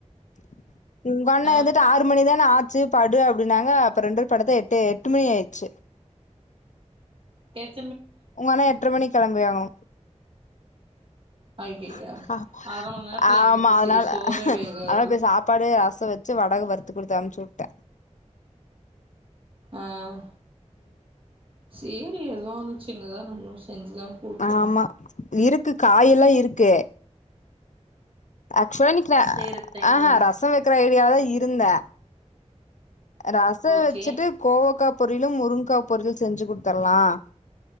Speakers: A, on the left; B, on the right.
A: <inaudible> உங்கண்ண
B: ஆ
A: வந்துட்டு ஆறு மணிதா ஆச்சு படு அப்டின்னாங்க அப்ப ரெண்டு பேரோ படத்தா எட்டு எட்டு மணி ஆயிடுச்சு
B: டேக்
A: உங்கண்ண எட்ர மணிக்கி கெளம்பியாகனு
B: ஐய்யய்யோ
A: <inaudible>
B: அர மண் நேரத்துல
A: ஆமா
B: என்னத்த செய்ய
A: அதனால
B: சோறே வேகாது
A: அதனால போய் சாப்பாடு ரசோ வெச்சு வடகு வறு த்து குடுத்து அமுச்சுட்டே
B: ஆஹ் சேரி ஏதோ ஒன்னு சின்னதா நம்ம செஞ்சுதா குடுக்கணோ
A: ஆமா இருக்கு காயெல்லா இருக்கு ஆக்சுவலா இன்னிக்கு
B: செய்றக்கு டைம்
A: ஆஹா
B: இல்ல
A: ரசோ வெக்கிற ஐடியாதா இரு இருந்தா ரசம்
B: ஓகே
A: வச்சுட்டு கோவக்கா பொருளும் முருங்கா பொரும் செஞ்சு குடுத்தர்லாம்